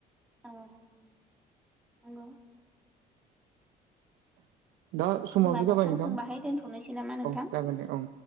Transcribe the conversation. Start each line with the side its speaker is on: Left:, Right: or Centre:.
Centre: औ नंगौ
Right: दा समाबो
Centre: होमबा
Right: जाबाय नोंथां
Centre: जों बाहाय दोनथ'नोसै नामा नोंथां
Right: औ जागोन दे औ